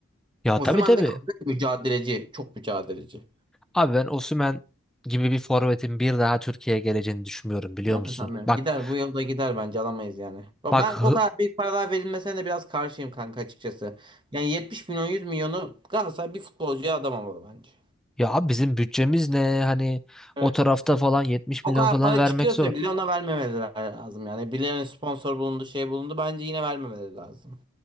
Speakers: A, in the centre; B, on the right.
A: Ya
B: Osimhen
A: tabii tabii.
B: de kanka mücadeleci. Çok mücadeleci.
A: Abi ben Osimhen gibi bir forvetin bir daha Türkiye'ye geleceğini düşünmüyorum biliyor
B: Ben
A: musun?
B: de sanmıyorum.
A: Bak
B: Gider bu yılda gider bence alamayız yani. Ama
A: bak
B: Ben o
A: hı-
B: kadar büyük paralar verilmesine de biraz karşıyım kanka açıkçası. Yani 70 milyon 100 milyonu Galatasaray bir futbolcuya adamamalı bence.
A: ya abi bizim bütçemiz ne? Hani
B: Evet.
A: o tarafta falan 70 milyon
B: O kadar
A: falan
B: para
A: vermek
B: çıkıyorsa
A: zor.
B: bile ona vermemeleri lazım yani. Birilerine sponsor bulundu şey bulundu bence yine vermemeleri lazım.